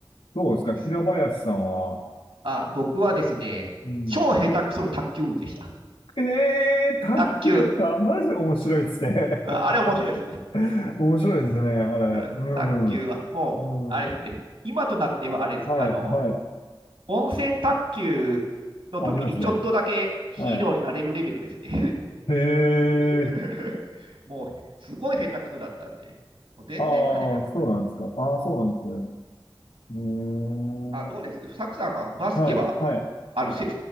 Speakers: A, on the left; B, on the right.
A: どうですか平林さんは。
B: ーあー、あ、僕はですね、
A: うん。
B: 超下手くその卓球部でした。
A: ええー、卓球か。
B: 卓球。
A: マジ面白いですね。
B: ああれ面白いですね。
A: <laughs> 面白いですね、あれ。
B: うん、
A: うん。
B: 卓球は、もう、あれですね。
A: うん。
B: 今となっては、あれです。
A: はい、
B: あの、
A: はい。
B: 温泉卓球の時にちょっとだけヒーローになれるレベルですね。
A: ありますね。はい。へ
B: <laughs>
A: え。
B: もう、すごい下手くそだったんで、もう全然勝てなかっ
A: ああ、そうなんですか。ああ、そうなんですね。
B: た
A: うーん。
B: あ、どうですサクさんはバスケは、
A: はい、はい。
B: あの、せ